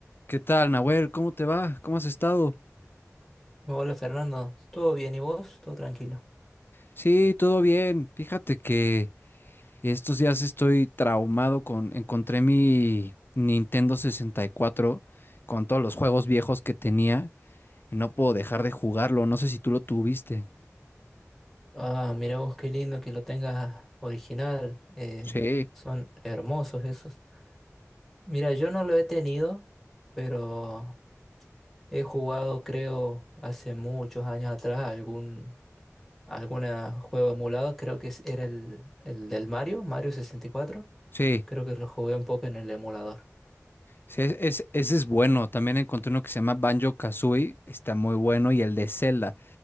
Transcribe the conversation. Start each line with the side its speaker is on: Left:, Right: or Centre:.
Left: ¿Qué tal, Nahuel? ¿Cómo te va? ¿Cómo has estado?
Centre: Hola Fernando, ¿todo bien y vos? ¿Todo tranquilo?
Left: Sí, todo bien. Fíjate que estos días estoy traumado con... Encontré mi Nintendo 64 con todos los juegos viejos que tenía y no puedo dejar de jugarlo. No sé si tú lo tuviste.
Centre: Ah, mira vos qué lindo que lo tengas original, eh,
Left: Sí,
Centre: son hermosos esos. Mira, yo no lo he tenido, pero he jugado creo hace muchos años atrás algún alguna juego emulado, creo que es- era el, el del Mario, Mario 64,
Left: sí.
Centre: creo que lo jugué un poco en el emulador.
Left: sí, es- es- ese es bueno. También encontré uno que se llama Banjo Kazooie. Está muy bueno. Y el de Zelda.